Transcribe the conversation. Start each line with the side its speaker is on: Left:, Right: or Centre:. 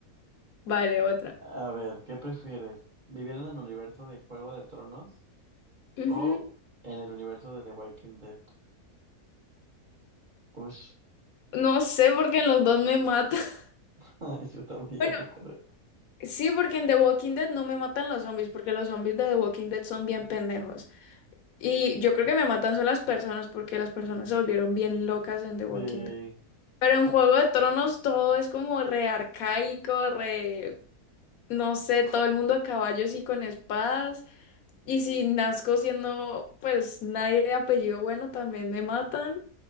Left: Vale, otra.
Right: A ver, ¿qué prefieres? ¿Vivir en el universo de Juego de Tronos
Left: Ujú.
Right: o en el universo de The Walking Dead? Ush,
Left: No sé porque en los dos me matan. <laughs>
Right: <laughs> yo también,
Left: Bueno,
Right: yo creo.
Left: sí, porque en The Walking Dead no me matan los zombies, porque los zombies de The Walking Dead son bien pendejos. Y yo creo que me matan son las personas, porque las personas se volvieron bien locas en The Walking
Right: Sí,
Left: Dead. Pero en Juego de Tronos todo es como re arcaico, re... no sé, todo el mundo a caballos y con espadas. Y si nazco siendo pues nadie de apellido bueno, también me matan.